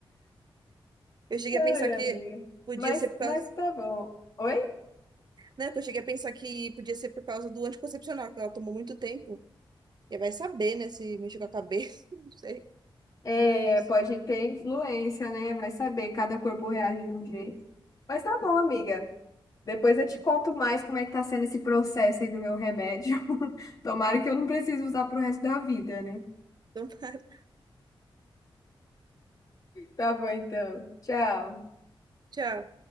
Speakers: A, on the right (about 50°); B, on the left (about 40°).
A: Eu cheguei
B: Ai,
A: a pensar que
B: amiga.
A: podia
B: Mas,
A: ser por causa.
B: mas tá bom. Oi?
A: Não, que eu cheguei a pensar que podia ser por causa do anticoncepcional, que ela tomou muito tempo. E vai saber, né, se mexeu com a cabeça, <laughs> não sei.
B: É,
A: Mas.
B: pode ter influência, né? Vai saber, cada corpo reage de um jeito. Mas tá bom, amiga. Depois eu te conto mais como é que tá sendo esse processo aí do meu remédio. <laughs> Tomara que eu não precise usar pro resto da vida, né?
A: Então, <laughs>
B: Tá bom, então. Tchau.
A: tchau.